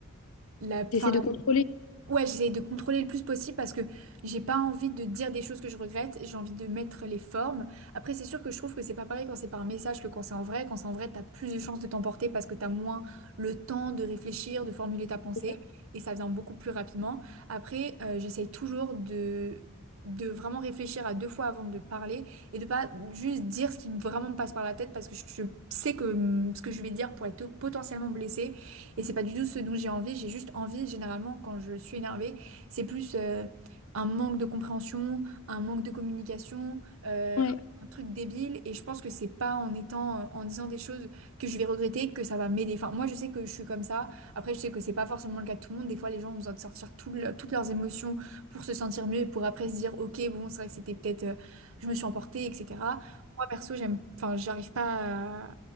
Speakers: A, on the right; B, on the left.
A: la,
B: T'essaies
A: 'fin,
B: de contrôler,
A: Ouais, j'essaye de contrôler le plus possible parce que j'ai pas envie de dire des choses que je regrette, j'ai envie de mettre les formes. Après, c'est sûr que je trouve que c'est pas pareil quand c'est par message que quand c'est en vrai. Quand c'est en vrai, t'as plus de chances de t'emporter parce que t'as moins le temps de réfléchir, de formuler ta pensée
B: c'est ça?
A: et ça vient beaucoup plus rapidement. Après, euh, j'essaye toujours de, de vraiment réfléchir à deux fois avant de parler et de pas juste dire ce qui vraiment me passe par la tête parce que je je sais que hum, ce que je vais dire pourrait être potentiellement blessé et c'est pas du tout ce dont j'ai envie, j'ai juste envie, généralement, quand je suis énervée, c'est plus euh, un manque de compréhension, un manque de communication, euh,
B: Ouais.
A: un truc débile. Et je pense que c'est pas en étant, euh, en disant des choses que je vais regretter que ça va m'aider. Enfin, moi, je sais que je suis comme ça. Après, je sais que c'est pas forcément le cas de tout le monde. Des fois, les gens ont besoin de sortir tout le- toutes leurs émotions pour se sentir mieux et pour après se dire, ok, bon, c'est vrai que c'était peut-être, euh, je me suis emportée, etc. Moi, perso, j'aime, enfin, j'arrive pas à...